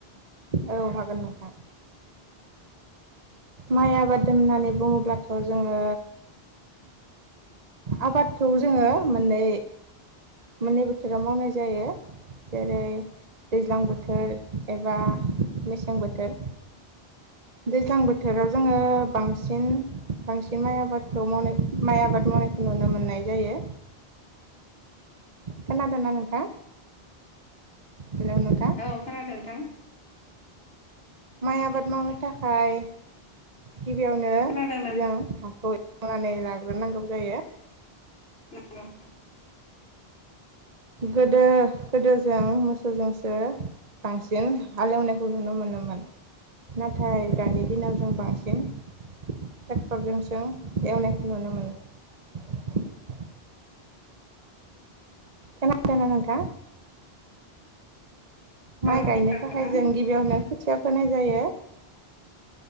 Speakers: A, on the right; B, on the left.
A: औ हागोन नोंथां माइ आबादोन होननानै बुङोब्लाथ जोङो आबादखौ जोङो माननै मोननै बोथोराव मावनाय जायो जेरै दैज्लां बोथोर एबा मेसें बोथोर दैज्लां बोथोराव जोङो बांसिन बांसिन माइ आबादखौ मावनाय माइ आबाद मावनायखौ नुनो मोननाय जायो खोनादो ना नोंथां हेलौ नोंथां
B: औ खोनादों नोंथां
A: माइ आबाद मावनो थाखाय गिबियावनो
B: खोनादों नोंथां
A: जों हाखौ मावनानै लाग्रोनांगौ जायो
B: औ
A: गोदो गोदोजों मोसौजोंसो बांसिन हालेवनायखौ नुनो मोनोमोन नाथाय दानि दिनाव जों बांसिन ट्रेक्टरजोंसों एवनायखौ नुनो मोनो खोनादोंना नोंथां
B: औ
A: माइ
B: खोनादों
A: गायनो थाखाय
B: नोंथां
A: जों गिबियावनो खोथि खोथिया फोनाय जायो